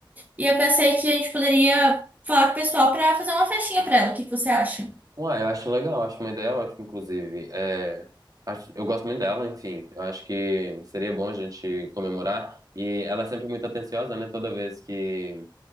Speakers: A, on the right; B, on the right.
A: E eu pensei que a gente poderia falar com o pessoal pra fazer uma festinha pra ela. O que que você acha?
B: Uai, eu acho legal, acho uma ideia ótima, inclusive. É, acho- eu gosto muito dela, enfim. Eu acho que seria bom a gente comemorar. E ela é sempre muito atenciosa, né? Toda vez que